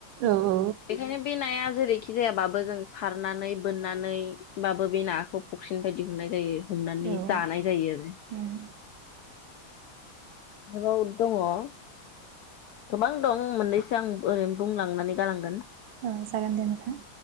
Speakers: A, on the right (about 75°); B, on the left (about 85°).
A: औ
B: बेखायनो बे नाया जेरै थि जायाबाबो जों सारनानै बोननानैबाबो बे नाखौ फख्रिनिफ्राय दिहुननाय जायो हमनानै
A: औ
B: जानाय जायो आरो
A: उम
B: आरोबाव दङ' ओम गोबां दं मोननैसो आं ओरैनो बुंलांनानै गालांगोन
A: औ जागोन दे नोंथां